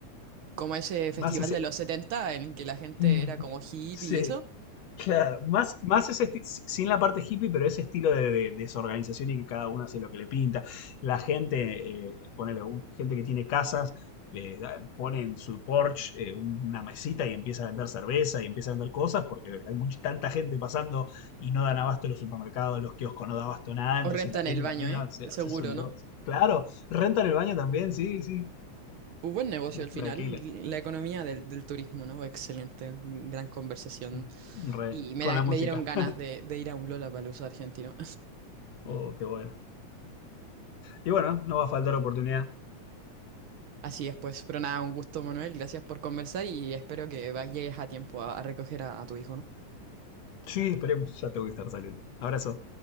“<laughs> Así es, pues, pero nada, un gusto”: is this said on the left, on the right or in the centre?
Right